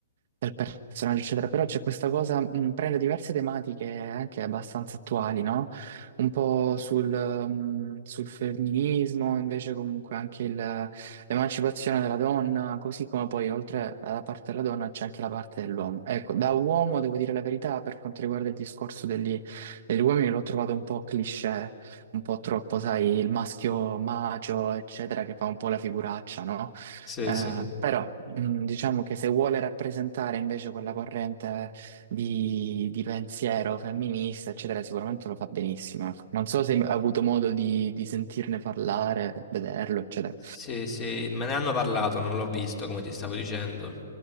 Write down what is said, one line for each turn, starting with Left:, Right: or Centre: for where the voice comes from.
Right: del personaggio, eccetera. Però c'è questa cosa, mh, prende diverse tematiche anche abbastanza attuali, no? Un po' sul, mh, sul femminismo, invece comunque anche il- l'emancipazione della donna, così come poi oltre alla parte della donna c'è anche la parte dell'uomo. Ecco, da uomo devo dire la verità, per quanto riguarda il discorso degli, degli uomini l'ho trovato un po' cliché, un po' troppo, sai, il maschio macio, eccetera, che fa un po' la figuraccia, no?
Left: Sì,
Right: Eh,
Left: sì.
Right: però mh, diciamo che se vuole rappresentare invece quella corrente di, di pensiero femminista, eccetera, sicuramente lo fa benissimo. ecco. Non so se hai avuto modo di, di sentirne parlare, vederlo, eccetera.
Left: Sì, sì, me ne hanno parlato, non l'ho visto, come ti stavo dicendo.